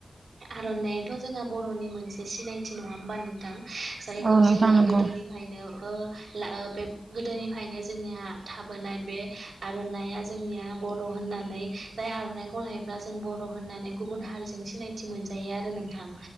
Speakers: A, on the right; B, on the right.
A: आर'ननायाथ' जोंहा बर'नि मोनसे सिनायथि नङा होमबा नोंथां जाय। खौ
B: औ नोंथां
A: जोङो
B: नंगौ
A: गोदोनिफ्रायनो ओ। ला ओ बे गोदोनिफ्रायनो जोंनिया थाबोनाय बे आर'नाइआ जोंनिया बर'। होननानै जाय आर'नाइखौ लायोब्ला जों बर' होननानै गुबुन हारिजों सिनायथि मोनजायो आरो नोंथां।